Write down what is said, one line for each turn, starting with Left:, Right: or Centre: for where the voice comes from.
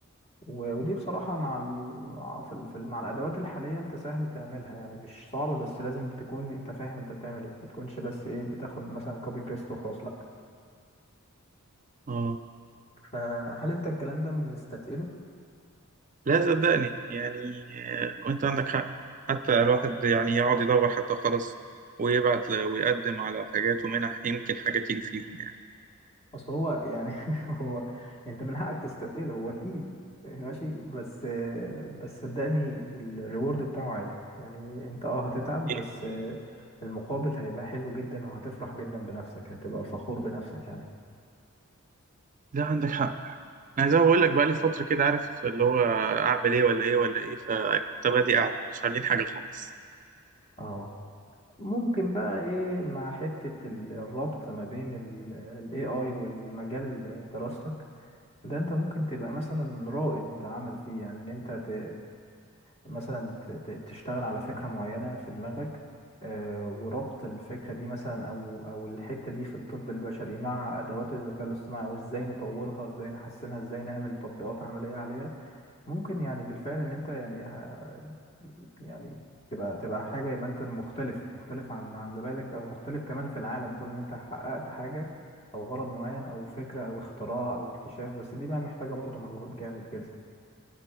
Left: و- ودي بصراحة مع ال... في ال... في ال- مع الأدوات الحالية انت سهل تعملها يعني مش صعب بس لازم تكون انت فاهم انت بتعمل ايه ما تكونش بس ايه بتاخد مثلا كوبي بيست وخلاص لا
Right: اه
Left: فهل انت الكلام ده مستتقله؟
Right: لا صدقني يعني آه، وانت عندك حق حتى الواحد يعني يقعد يدور حتى خلاص ويبعت ل- ويقدم على حاجات ومنح يمكن حاجة تيجي فيهم يعني
Left: اصل هو يعني <laughs> هو انت من حقك تستثقله هو تقيل ماشي بس بس صدقني الريورد بتاعه عالي يعني انت اه هتتعب
Right: إيه؟
Left: بس المقابل هيبقى حلو جدا وهتفرح جدا بنفسك هتبقى فخور بنفسك يعني
Right: لا عندك حق انا زي ما بقول لك بقى لي فترة كده عارف اللي هو اعمل ايه ولا ايه ولا ايه فطب ادي قاعدة مش عاملين حاجة خالص
Left: اه ممكن بقى ايه مع حتة ال- الربط ما بين ال ال AI والمجال دراستك ده انت ممكن تبقى مثلا رائد عمل فيه يعني ان انت ت... مثلا ت... ت- تشتغل على فكرة معينة في دماغك آه، وربط الفكرة دي مثلا او او الحتة دي في الطب البشري مع ادوات الذكاء الاصطناعي وازاي نطورها ازاي نحسنها ازاي نعمل تطبيقات عملية عليها ممكن يعني بالفعل ان انت يعني ه- يعني تبقى تبقى حاجه يبقى انت مختلف مختلف عن عن زمايلك او مختلف كمان في العالم كله ان انت حققت حاجه او غرض معين او فكره او اختراع او اكتشاف بس دي بقى محتاجه برضو مجهود جامد جدا